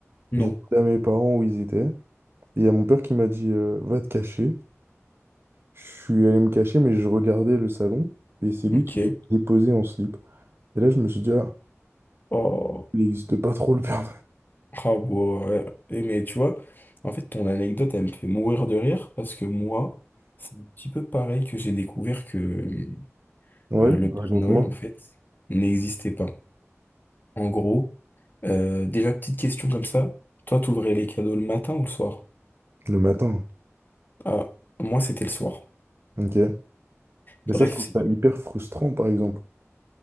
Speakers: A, on the left (about 40°); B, on the right (about 50°).
A: Non.
B: J'ai demandé à mes parents où ils étaient. Et il y a mon père qui m'a dit, euh, va te cacher. Je suis allé me cacher, mais je regardais le salon et c'est lui
A: Ok.
B: qui l'a déposé en slip. Et là, je me suis dit, ah,
A: Oh.
B: il n'existe pas trop le Père
A: Ah, bon, ouais. Et mais tu vois, en fait, ton anecdote, elle me fait mourir de rire parce que moi, c'est un petit peu pareil que j'ai découvert que
B: Noël.
A: euh, le
B: Ouais,
A: Père
B: raconte-moi.
A: Noël, en fait, n'existait pas. En gros, euh, déjà, petite question comme ça, toi, t'ouvrais les cadeaux le matin ou le soir?
B: Le matin.
A: Ah, moi, c'était le soir.
B: Ok. Mais
A: Bref,
B: ça, je trouve ça
A: c'est
B: hyper frustrant, par exemple.